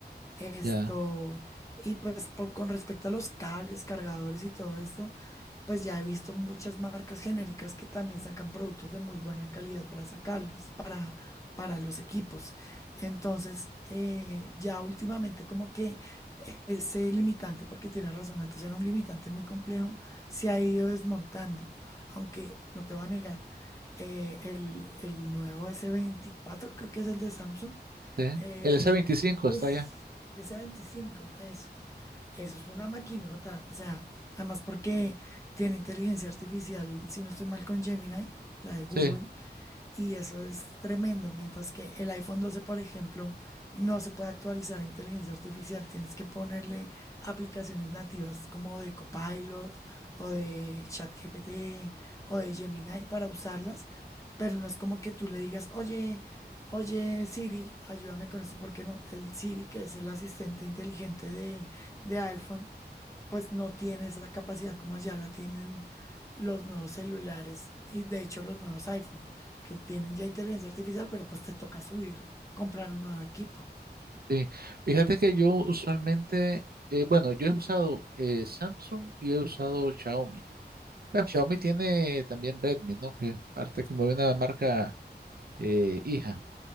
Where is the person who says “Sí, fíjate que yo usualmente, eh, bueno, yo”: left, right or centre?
Right